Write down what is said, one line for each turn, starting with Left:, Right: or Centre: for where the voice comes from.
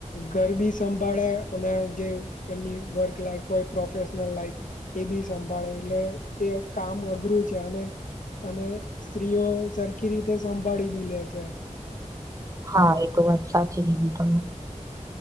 Left: ઘર બી સંભાળે અને જે એમની વર્ક લાઈફ હોય પ્રોફેશનલ લાઈફ એ બી સંભાળે એટલે એ કામ અઘરું છે અને અને સ્ત્રીઓ સરખી રીતે સંભાળી બી લે છે.
Right: હા એ તો વાત સાચી રીધી તમે.